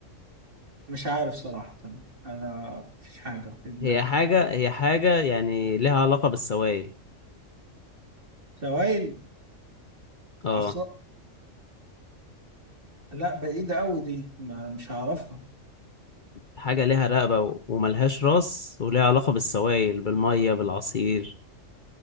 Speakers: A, on the right; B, on the left.
A: مش عارف صراحة أنا مفيش حاجة في دماغي
B: هي حاجة هي حاجة يعني لها علاقة بالسوائل
A: سوائل
B: اه
A: عصر لا بعيدة أوي دي ما مش هعرفها
B: حاجة ليها رقبة و- وملهاش راس وليها علاقة بالسوائل بالمية بالعصير